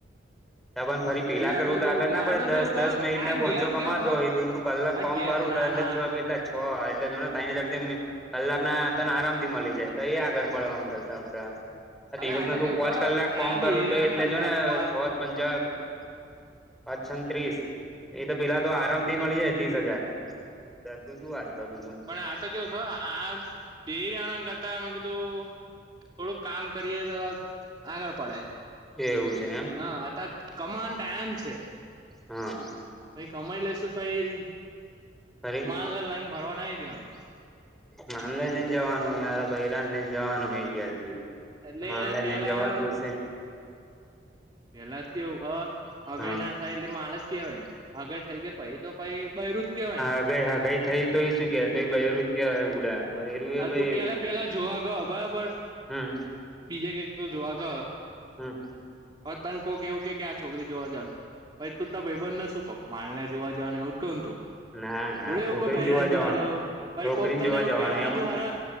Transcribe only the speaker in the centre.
એ ફરી પીલા
કરવું તો
આગળ
ના
પડે
દસ
દસ મિનટ
પહંચો
કમાતો
હોય ત કલાક
ફમ
કરું
ત એટલે
છ કેટલા છ એટલે જોને તૈન હજારથી કલાક ના તને આરામ થી મળી જાય તો એ આગળ પડવામ કરતાડા
દિવસ
ના
તું
પોચ
કલાક કોમ
કરું તો એટલે
જો ને
છ. પંચ પાચ છંગ ત્રીસ એ તો પેલા તો આરામ મળી જાય ત્રીસ હજાર તું શું વાત કરું છું.
એવું છે એમ
હા.
અરે
માલ લઈને જવાનું હોય બૈરાને લઈને જવાનું હોય ગ્યારથી
માલ ને
લઈને જવા તુંશે
હા
હઈ હા ગઈ થઈ તો એ શું કે તો બર જ કેવાય ઉડા બૈરું
એ બૈરું
હમ
હમ
ના ના
છોકરીને
જવાનું
છોકરીને
જોવા
જવાનું
એમ